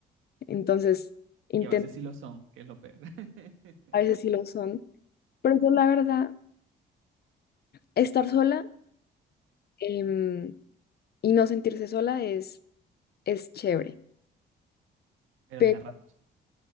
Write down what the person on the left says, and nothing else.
Entonces, intento,
a veces sí lo son, pero yo la verdad, estar sola em, y no sentirse sola es, es chévere,
pero